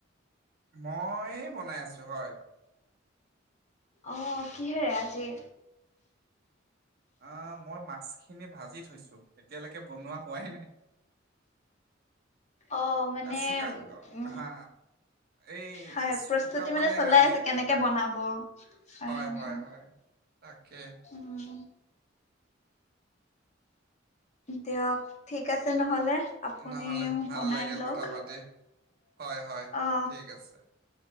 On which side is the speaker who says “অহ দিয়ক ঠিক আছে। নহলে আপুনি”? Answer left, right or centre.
Left